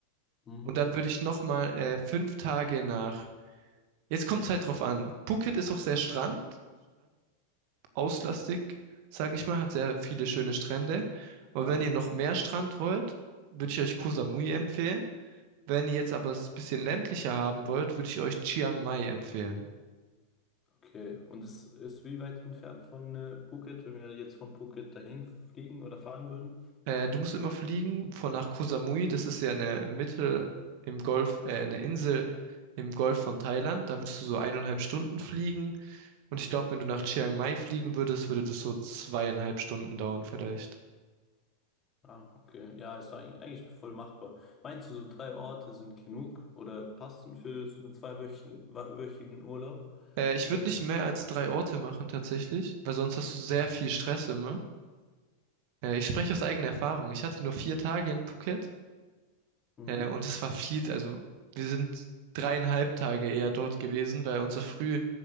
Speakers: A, on the left (about 25°); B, on the right (about 45°).
A: Mhm.
B: Und dann würde ich nochmal äh, fünf Tage nach. Jetzt kommt es halt drauf an. Phuket ist auch sehr Strand, strandauslastig, sag ich mal, hat sehr viele schöne Strände. Aber
A: ja
B: wenn ihr noch mehr Strand wollt, würde ich euch Koh Samui empfehlen. Wenn ihr jetzt aber es ein bisschen ländlicher haben wollt, würde ich euch Chiang Mai empfehlen.
A: Okay, und es ist wie weit entfernt von äh, Phuket, wenn wir jetzt von Phuket dahin fliegen oder fahren würden?
B: Äh, du musst immer fliegen von nach Koh Samui. Das ist ja eine Mitte im Golf, äh, eine Insel im Golf von Thailand. Da würdest du so eineinhalb Stunden fliegen. Und
A: Mhm.
B: ich glaube, wenn du nach Chiang Mai fliegen würdest, würde das so zweieinhalb Stunden dauern vielleicht.
A: Ah, okay. Ja, ist eigentlich eigentlich voll machbar. Meinst du, so drei Orte sind genug oder passen für so einen zweiwöchigen wa- wöchigen Urlaub?
B: Äh, ich
A: Oder
B: würde
A: können...
B: nicht mehr als drei Orte machen tatsächlich, weil sonst hast du sehr viel Stress immer. Äh, ich spreche aus eigener Erfahrung. Ich hatte nur vier Tage in Phuket
A: Mhm.
B: Äh, und es war viel, also wir sind dreieinhalb Tage eher dort gewesen, weil unser früh,